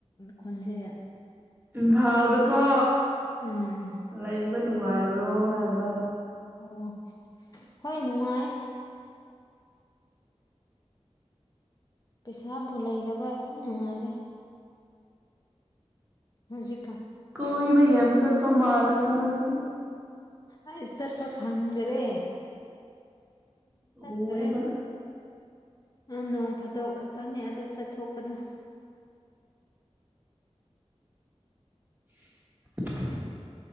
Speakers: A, on the left; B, on the right.
A: ꯈꯣꯟꯖꯦ
B: ꯏꯝꯐꯥꯜꯗꯀꯣ
A: ꯎꯝ
B: ꯂꯩꯕ ꯅꯨꯡꯉꯥꯏꯕ꯭ꯔꯣ ꯍꯥꯏꯕ
A: ꯑꯣ ꯍꯣꯏ ꯅꯨꯡꯉꯥꯏ ꯄꯩꯁꯥꯕꯨ ꯂꯩꯔꯕ ꯑꯗꯨꯝ ꯅꯨꯡꯉꯥꯏꯔꯦ ꯍꯧꯖꯤ
B: ꯀꯣꯏ ꯩ ꯑꯦꯝ ꯆꯄꯄꯥ ꯃꯥ ꯂꯩꯦꯗꯅꯣꯗꯤ
A: ꯑꯩ ꯆꯠꯄ ꯐꯪꯗ꯭ꯔꯦ ꯆꯠꯇꯦ
B: ꯎꯋꯦꯕ
A: ꯑꯅꯣꯡ ꯐꯠꯇ ꯣ ꯈꯀꯅꯤ ꯑꯗ ꯆ ꯊꯣꯛꯄꯗ
B: <inaudible>